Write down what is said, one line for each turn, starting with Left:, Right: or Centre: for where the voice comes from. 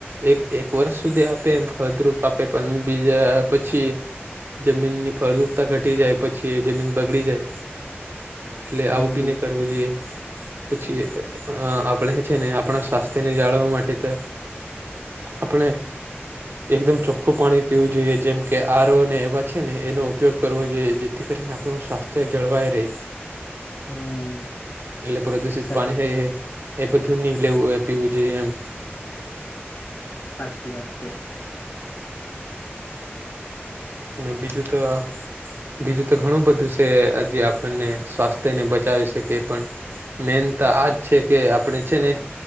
Right: એક એક વર્ષ સુધી આપે એમ ફળદ્રુપ આપે પણ બીજા પછી જમીનની ફળદ્રુપતા ઘટી જાય પછી એ જમીન બગડી જાય. એટલે
Left: હમ
Right: આવું બી ની કરવું જોઈએ પછી આપણે છે ને આપણા સ્વાસ્થ્યને જાળવવા માટે તો આપણે એકદમ ચોખ્ખું પાણી પીવું જોઈએ જેમ કે આરો ને એવા છે ને એનો ઉપયોગ કરવો જોઈએ જે થી કરીને આપણું સ્વાસ્થ્ય જળવાય રેય.
Left: હમ
Right: એટલે પ્રદુષિત
Left: સાચ
Right: પાણી હોય એ એ બધું ની લેવું પીવું જોઈએ એમ.
Left: સાચી વાત છે.
Right: ને બીજું તો બીજું તો ઘણું બધું છે હજી આપણને સ્વાસ્થ્યને બચાવી શકે એ પણ મેન તો આજ છે કે આપણે છે ને